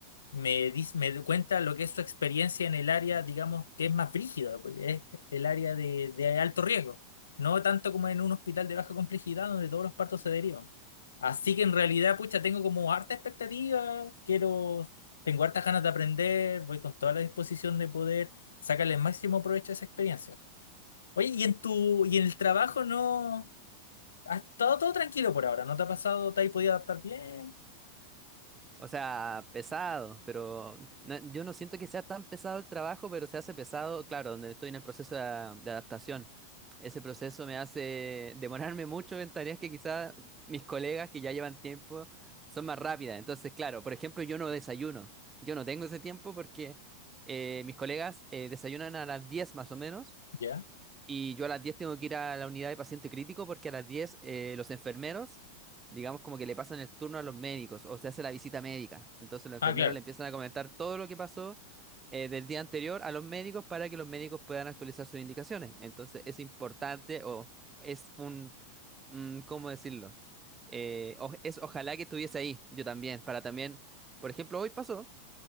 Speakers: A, on the left; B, on the right.
A: me, dis- me cuenta lo que es su experiencia en el área, digamos, que es más brígida, porque es el área de, de alto riesgo, no tanto como en un hospital de baja complejidad donde todos los partos se derivan. Así que en realidad, pucha, tengo como harta expectativa, quiero, tengo hartas ganas de aprender, voy con toda la disposición de poder sacarle el máximo provecho a esa experiencia. Oye, y en tu, y en el trabajo no, ha estado todo tranquilo por ahora, ¿no te ha pasado, te has podido adaptar bien?
B: O sea, pesado, pero no- yo no siento que sea tan pesado el trabajo, pero se hace pesado, claro, donde estoy en el proceso de, a- de adaptación. Ese proceso me hace demorarme mucho en tareas que quizás mis colegas que ya llevan tiempo son más rápidas. Entonces, claro, por ejemplo, yo no desayuno. Yo no tengo ese tiempo porque eh, mis colegas eh, desayunan a las 10 más o menos.
A: Ya.
B: Y yo a las 10 tengo que ir a la unidad de paciente crítico porque a las 10 eh, los enfermeros, digamos, como que le pasan el turno a los médicos o se hace la visita médica. Entonces los enfermeros
A: Ah, claro.
B: le empiezan a comentar todo lo que pasó eh, del día anterior a los médicos para que los médicos puedan actualizar sus indicaciones. Entonces es importante o es un, mm, ¿cómo decirlo? Eh, o- es ojalá que estuviese ahí yo también, para también, por ejemplo, hoy pasó